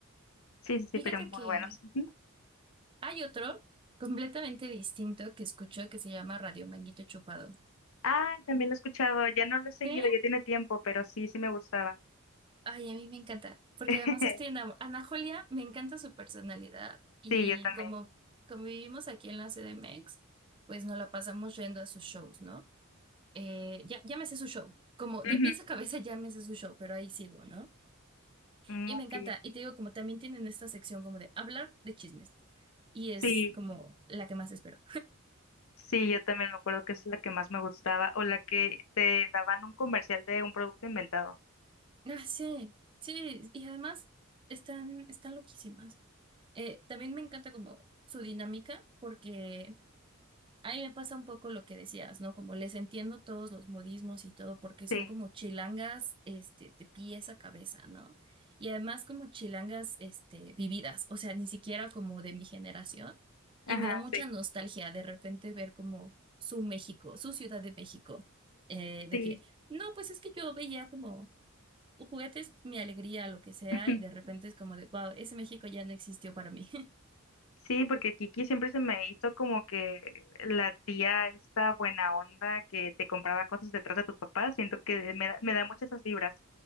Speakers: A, on the left; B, on the right.
A: Sí, sí, sí,
B: Fíjate
A: pero muy
B: que
A: buenos. Ujú.
B: hay otro completamente distinto que escucho que se llama Radio Manguito Chupado.
A: Ah, también lo he escuchado, ya no lo he seguido,
B: Sí,
A: ya tiene tiempo, pero sí, sí me gustaba.
B: Ay, a mí me encanta, porque
A: <laughs>
B: además estoy enamorada. Ana Julia, me encanta su personalidad y
A: Sí, yo también.
B: como, como vivimos aquí en la CDMX, pues nos la pasamos yendo a sus shows, ¿no? Eh, ya, ya me sé su show, como de
A: Ujú.
B: pies a cabeza ya me sé su show, pero ahí sigo, ¿no?
A: Mm,
B: Y me
A: Ok.
B: encanta, y te digo, como también tienen esta sección como de hablar de chismes, y es
A: Sí,
B: como la que más espero.
A: sí, yo también me acuerdo que esa es la que más me gustaba o la que te daban un comercial de un producto inventado.
B: Ah, sí, sí, y además están, están loquísimas. Eh, también me encanta como su dinámica, porque Ahí me pasa un poco lo que decías, ¿no? Como les entiendo todos los modismos y todo, porque son
A: Sí,
B: como chilangas, este, de pies a cabeza, ¿no? Y además como chilangas, este, vividas, o sea, ni siquiera como de mi generación. Y
A: ajá,
B: me da mucha
A: sí,
B: nostalgia de repente ver como su México, su Ciudad de México, eh, de
A: sí.
B: que, no, pues es que yo veía como juguetes, mi alegría, lo que sea,
A: <laughs>
B: y de repente es como de, wow, ese México ya no existió para mí.
A: Sí, porque Kiki siempre se me hizo como que la tía esta buena onda que te compraba cosas detrás de tus papás, siento que me da, me da muchas esas vibras.